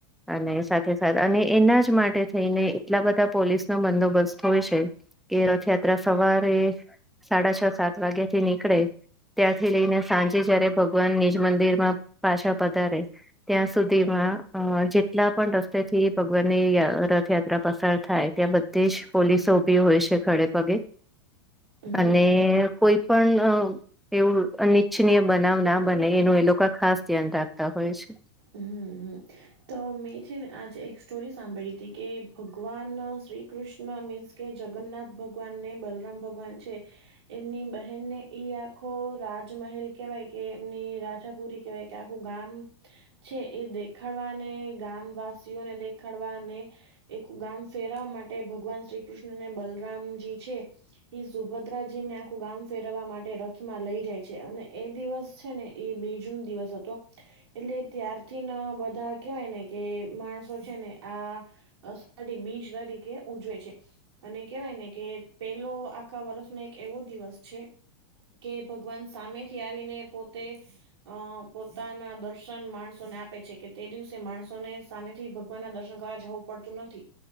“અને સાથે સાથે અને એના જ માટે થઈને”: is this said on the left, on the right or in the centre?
Centre